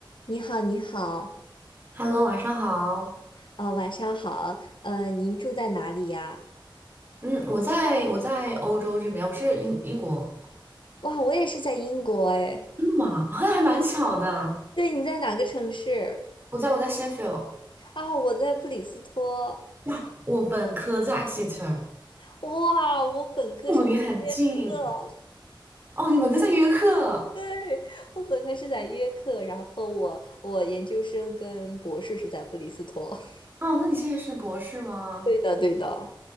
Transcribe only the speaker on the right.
Hello，晚上好。
嗯，我在我在欧洲这边，我是英英国。
真的吗？<laughs> 还蛮巧的。
我在我在 Sheffield。
哇，我本科在 Exeter，
我们离很近。哦，你本科在约克。
哦，那你现在是博士吗？